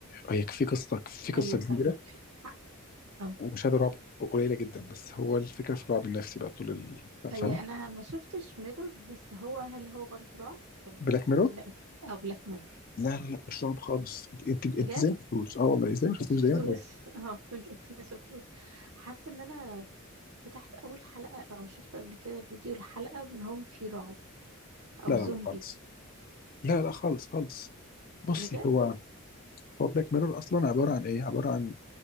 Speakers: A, on the left; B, on the right.
A: هي في قصة في قصة
B: ايوه
A: كبيرة
B: فاهمك اه
A: ومشاهدة رعب قليلة جدا بس هو الفكرة في الرعب النفسي بقى طول ال بتاع، فاهم
B: هي انا ما شفتش ميرور بس هو هل هو برضه رعب ولا
A: بلاك ميرور
B: ولا ايه او بلاك ميرور
A: لا لا لا مش رعب خالص انت انت
B: بجد
A: انت ازاي ما شفتوش اه والله ازاي ما شفتوش
B: ما شفتوش
A: دايما ايه
B: <laughs> اه بجد ما شفتوش حاسه ان انا فتحت اول حلقه او شفت قبل كده فيديو لحلقه ان هو فيه رعب او
A: لا لا
B: زومبي
A: لا خالص لا لا خالص خالص بصي
B: بجد
A: هو هو بلاك ميرور اصلا عبارة عن ايه عبارة عن